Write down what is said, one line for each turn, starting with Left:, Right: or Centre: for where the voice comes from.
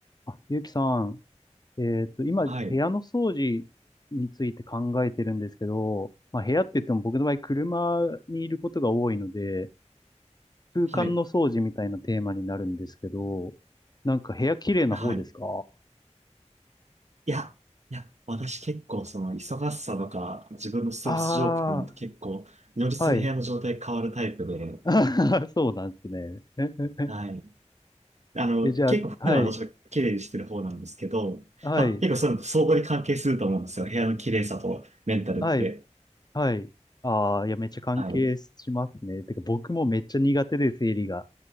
Left: あ、ゆうきさん、えっと、今、
Right: はい、
Left: 部屋の掃除について考えてるんですけど、まあ、部屋って言っても僕の場合、車にいることが多いので、空間の掃除みたいなテーマになるんですけど、
Right: はい、
Left: なんか部屋綺麗な方ですか
Right: はい。いや、いや、私結構その忙しさとか自分のストレス状況に結構如実に部屋の状態変わるタイプで、
Left: ああー、はい。<laughs> そうなんですね。
Right: はい。
Left: <laughs>
Right: あの、
Left: え、じゃあ、
Right: 結構普段はどっちか綺麗にしてる方なんですけど、
Left: はい、はい、
Right: まあ結構そういうのと相互に関係すると思うんですよ。部屋の綺麗さとメンタルって。
Left: はい、はい。ああ、いや、めっちゃ関係しますね。
Right: はい。
Left: てか、僕もめっちゃ苦手で、整理が。